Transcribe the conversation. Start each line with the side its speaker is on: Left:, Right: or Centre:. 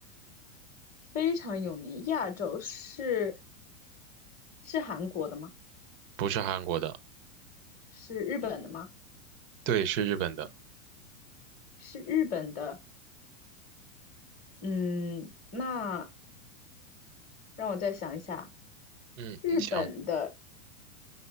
Left: 非常有名，亚洲是是韩国的吗？
Right: 不是韩国的，
Left: 是日本的吗？
Right: 对，是日本的，
Left: 是日本的。嗯，那让我再想一下，
Right: 嗯，
Left: 日本的
Right: 你想，